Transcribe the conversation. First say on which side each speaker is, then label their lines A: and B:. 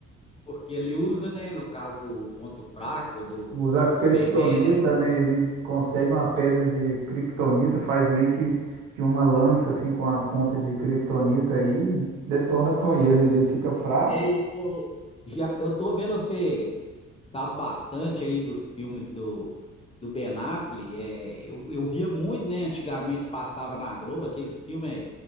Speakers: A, on the left (about 15°); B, on the right (about 80°).
A: Porque ele usa, né, no caso, o ponto fraco do,
B: Usar
A: do Superman.
B: criptonita, né? Ele consegue uma pedra de criptonita, faz meio que, que uma lança assim com a ponta de criptonita aí, detona <laughs> com ele, né? Ele fica fraco.
A: É, e eu, já, eu tô vendo você sabe bastante aí dos filmes do, do Ben Affleck. É, eu, eu via muito, né? Antigamente passava na Globo aqueles filmes é,